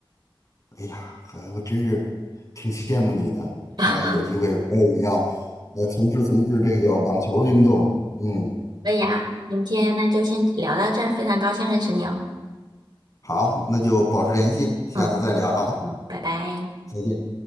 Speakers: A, on the left; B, on the right.
A: 哎呀，还我真是挺羡慕你的。看来有机会我也要
B: <laughs>
A: 呃从事从事这个网球运动。嗯，
B: 可以啊，今天那就先聊到这儿，非常高兴认识你哦。
A: 好，那就保持联系，下次再聊，
B: 嗯嗯，拜拜。
A: 再见。